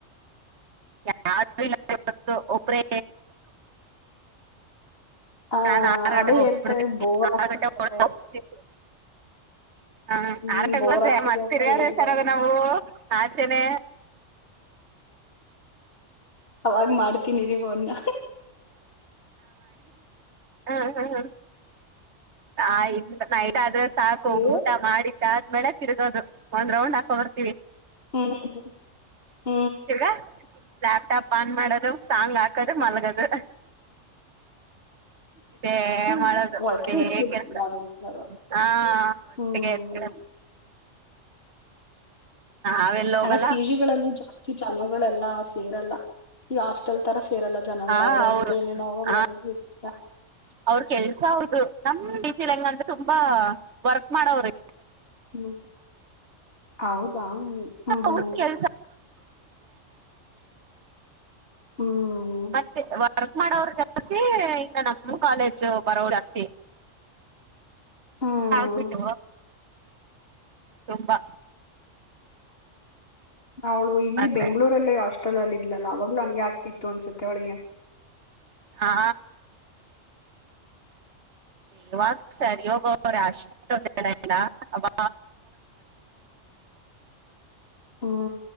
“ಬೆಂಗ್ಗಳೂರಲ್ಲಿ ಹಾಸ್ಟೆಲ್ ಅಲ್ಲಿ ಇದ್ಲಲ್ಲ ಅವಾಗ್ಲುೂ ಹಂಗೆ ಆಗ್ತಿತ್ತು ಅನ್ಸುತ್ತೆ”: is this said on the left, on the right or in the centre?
Left